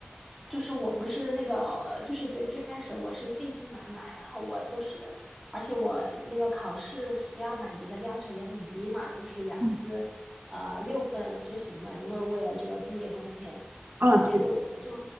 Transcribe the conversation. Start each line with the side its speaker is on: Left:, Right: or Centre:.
Centre: 就是我不是那个，就是最最开始我是信心满满，然后我就是，而且我那个考试需要满足的要求也很低嘛，就是雅思，
Right: 嗯，
Centre: 呃，六分就行了，因为为了这个毕业工签。
Right: 啊对的
Centre: 然后结果我我就